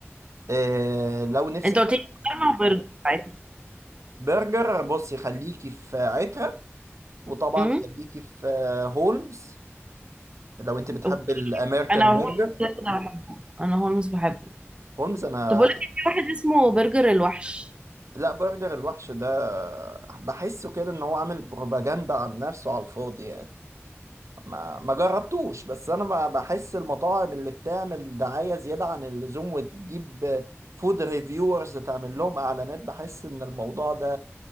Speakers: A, on the right (about 85°); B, on the right (about 20°).
A: آه، لو نفسك
B: انت قلت
A: مثلا
B: لي شاورما وبرجر عادي
A: برجر بصي خليكي في عترة وطبعا
B: امم
A: خليكي في آه، هولمز لو انت بتحب
B: اوكي
A: الامريكان
B: انا هولمز
A: برجر
B: كده كده بحبه انا هولمز بحبه
A: هولمز انا
B: طب بقول لك إيه، في واحد اسمه برجر الوحش
A: لا برجر الوحش ده آه، بحسه كده ان هو عامل بروباجندا عن نفسه على الفاضي يعني ما ما جربتوش بس انا ب- بحس المطاعم اللي بتعمل دعاية زيادة عن اللزوم وتجيب فود ريفيورز تعمل لهم اعلانات بحس ان الموضوع ده